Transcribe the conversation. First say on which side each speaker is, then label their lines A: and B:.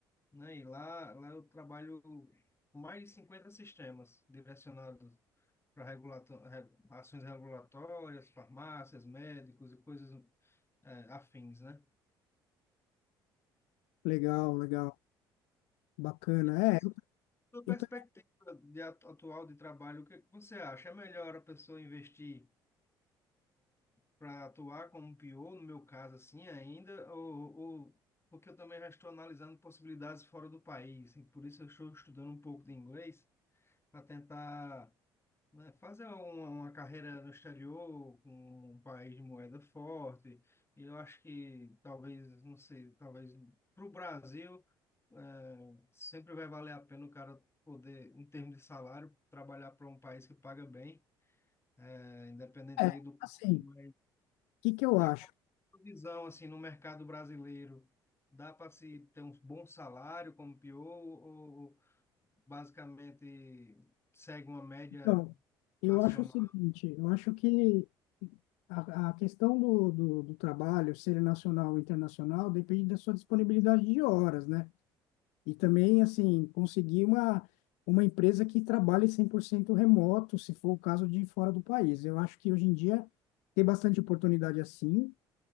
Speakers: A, on the left (about 20°); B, on the left (about 75°).
A: né? E lá, lá eu trabalho com mais de 50 sistemas direcionados para regulato- re- ações regulatórias, farmácias, médicos e coisas, é, afins, né?
B: Legal, legal, bacana.
A: E aí,
B: É, eu,
A: Sua perspectiva
B: eu tô-
A: de atu- atual de trabalho, o que que você acha? É melhor a pessoa investir para atuar como PO, no meu caso assim ainda, ou, ou- porque eu também já estou analisando possibilidades fora do país, e por isso eu estou estudando um pouco de inglês para tentar né, fazer uma, uma carreira no exterior com um país de moeda forte. E eu acho que talvez, não sei, talvez para o Brasil eh, sempre vai valer a pena o cara poder, em termos de salário, trabalhar para um país que paga bem, eh, independente
B: é,
A: ali do campo,
B: assim.
A: mas
B: que que eu
A: da
B: acho?
A: visão assim no mercado brasileiro, dá para se ter um bom salário como PO ou, ou basicamente segue uma média
B: Então, eu
A: nacional?
B: acho o seguinte, eu acho que a, a questão do, do, do trabalho ser nacional ou internacional depende da sua disponibilidade de horas, né? E também, assim, conseguir uma, uma empresa que trabalhe 100% remoto, se for o caso de fora do país. Eu acho que hoje em dia tem bastante oportunidade assim.